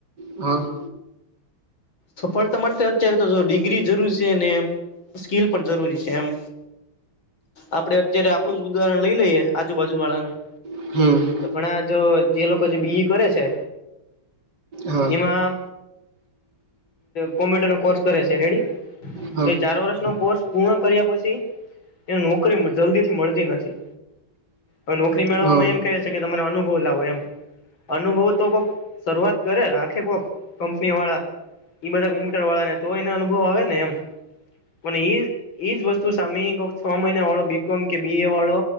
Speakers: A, on the right; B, on the left.
A: હા.
B: સફળતા માટે અત્યારે તો જો ડિગ્રી જરૂરી છે ને એ સ્કીલ પણ જરૂરી છે એમ. આપડે અત્યારે આપણું જ ઉદાહરણ લઈ લઈએે આજુબાજુ વાળાનું
A: હમ્મ.
B: ઘણા જો જે લોકો જે બી કરે છે
A: હા
B: એમાં કોમ્પ્યુટર નો કોર્સ કરે છે રેડી
A: હા
B: તો એ ચાર વર્ષનો કોર્સ પૂર્ણ કર્યા પછી એને નોકરી જલ્દી થી મળતી નથી. આ નોકરી મેળવવામાં
A: હા
B: એમ કહે છે કે તમારા અનુભવ લાવો એમ. અનુભવ તો કોક શરૂઆત કરે રાખે કોક કંપની વાળા એ બધા કોમ્પુટર વાળાને તો એને અનુભવ આવે ને એમ. અને એ એજ વસ્તુ સામે કોક છ મહિના વાળો બીકોમ કે બી એ વાળો